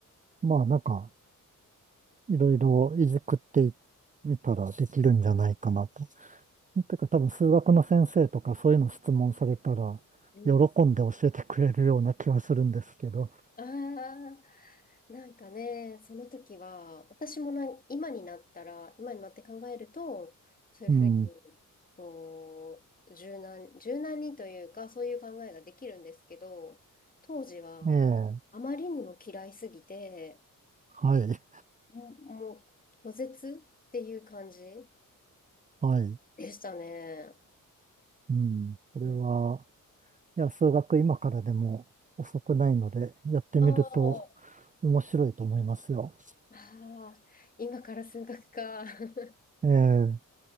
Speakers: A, on the right (about 25°); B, on the left (about 25°).
A: ーまあなんか、いろいろいじくってみたらできるんじゃないかなと。てか多分数学の先生とかそういうの質問されたら、
B: うん、
A: 喜んで教えてくれるような気はするんですけど、
B: ああ、なんかね、その時は、私もな、今になったら、今になって考えると、そういうふうに、
A: うん、
B: こう、柔軟、柔軟にというか、そういう考えができるんですけど、当時は、
A: ええ、
B: あまりにも嫌いすぎて、
A: はい、
B: もう、もう拒絶っていう感じ
A: はい、
B: でしたね。
A: うん、それは、
B: うん。
A: いや、数学今からでも遅くないので、やってみると
B: ああ、
A: 面白いと思いますよ。
B: ああ、今から数学か。<laughs>
A: ええ